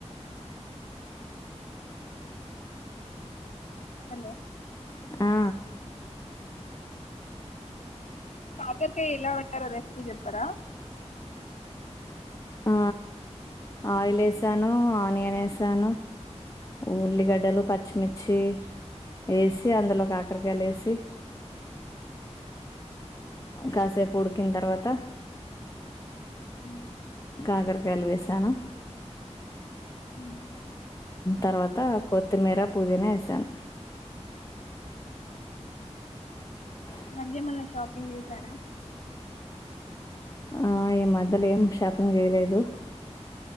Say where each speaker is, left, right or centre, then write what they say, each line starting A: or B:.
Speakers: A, on the left (about 80°); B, on the left (about 30°).
A: హలో
B: ఆ
A: కాకరకాయ ఇలా వండారో రెస్పి చెప్పరా
B: ఆ ఆయిల్ వేసాను ఆనియన్ వేసాను ఉల్లిగడ్డలు పచ్చిమిర్చి వేసి అందులో కా ఆకరకాయలు వేసి కాసేపు ఉడికిన తర్వాత
A: మ్మ్.
B: కాకరకాయలు వేసాను
A: మ్మ్.
B: తర్వాత కొత్తిమీర పుదీనా వేసాన్ అ
A: మధ్య ఎమన్నా షాపింగ్ చేసారా
B: ఆ ఈ మధ్యలో ఏం షాపింగ్ చేయలేదు